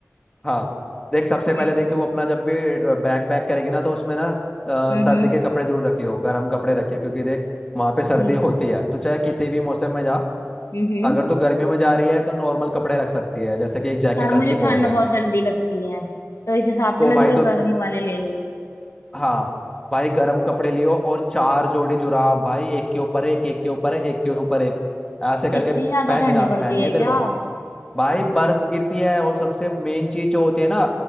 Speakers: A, on the left (about 15°); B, on the left (about 60°).
A: हाँ देख सबसे पहले
B: हम्म
A: देख तू अपना जब भी बैग पैक करेगी ना तो उसमें ना अ,
B: हम्म
A: सर्दी
B: हम्म,
A: के कपड़े जरूर रखियो गर्म कपड़े रखियो क्योंकि देख वहाँ पे सर्दी
B: ठीक
A: होती
B: है
A: है तो चाहे किसी भी मौसम में जा
B: हम्म हम्म।
A: अगर तू गर्मियों में जा रही है तो नॉर्मल कपड़े रख सकती है जैसे कि एक जैकेट
B: यार मुझे
A: रख ली बहुत
B: ठंड
A: है
B: बहुत जल्दी लगती है तो इस हिसाब
A: तो
B: से मैं
A: भाई
B: थोड़े
A: तो
B: गर्म वाले ले लूंगी
A: हाँ भाई गर्म कपड़े लियो और चार जोड़ी जुराब भाई एक के ऊपर एक एक के ऊपर एक एक के ऊपर एक ऐसे करके
B: इतनी ज्यादा
A: पहनने
B: ठंडी
A: जा
B: पड़ती
A: पहननी
B: है
A: है तेरे
B: क्या
A: को
B: हम्म
A: भाई बर्फ गिरती है और सबसे मेन चीज जो होती है ना